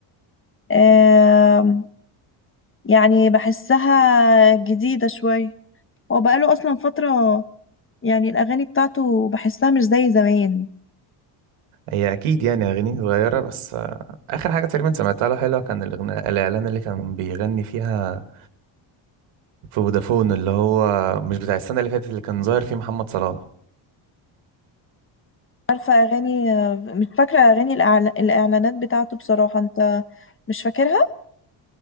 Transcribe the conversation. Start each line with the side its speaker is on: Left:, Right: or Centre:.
Left: آم، يعني بحسها جديدة شوية هو بقاله أصلا فترة يعني الأغاني بتاعته بحسها مش زي زمان
Right: هي اكيد يعني اغاني صغيره بس آه اخر حاجه تقريبا سمعتها له حلوه كان الأغنية الاعلان اللي كان بيغني فيها في فودافون اللي هو مش بتاع السنه اللي فاتت اللي كان ظاهر فيه محمد صلاح
Left: عارفة أغاني مش فاكرة أغاني الإعلا- الإعلانات بتاعته بصراحة أنت مش فاكرها